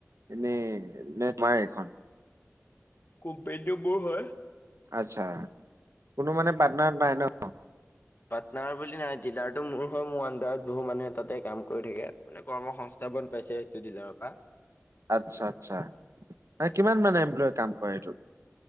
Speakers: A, on the right; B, on the left.
A: এনেই নে তোমাৰ এখন
B: কোম্পানিটো মোৰ হয়।
A: আতচ্ছা, কোনো মানে পাৰ্টনাৰ নাই ন?
B: পাটনাৰ বুলি নাই। ডিলাৰটো মোৰ হয়, মোৰ আণ্ডাৰত বহুত মানুহে তাতে কাম কৰি থাকে। মানে কৰ্ম সংস্থাপন পাইছে সেইটো ডিলাৰৰ পৰা।
A: আচ্ছা আচ্ছা। মানে কিমান মানে এমপ্লয় কাম কৰে এইটোত?